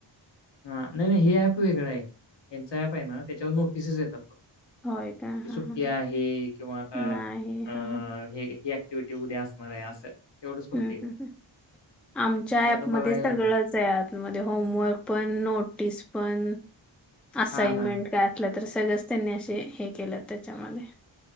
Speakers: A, on the left; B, in the centre.
A: ह नाही नाही हे ऍप वेगळा ये यांचा ऍप आहे ना त्याच्यावर नोटिसचं येतात फक्
B: होय का हां
A: सुटी
B: हां
A: आहे किंवा आता
B: नाही
A: अं
B: हां हां
A: हे ऍक्टिव्हिटी उदया असणार ये असं. तेवढंच फक्त
B: हम्म
A: येतं.
B: हम्म हम्म आमच्या
A: ते आता
B: ऍपमध्ये
A: बघायला
B: सगळंच
A: लागेल.
B: आहे आत मध्ये होमवर्क पण नोटीस पण असाइनमेंट
A: हां, हां.
B: काय असल्या तर सगळंच त्यांनी असे हे केलं त्याच्यामध्ये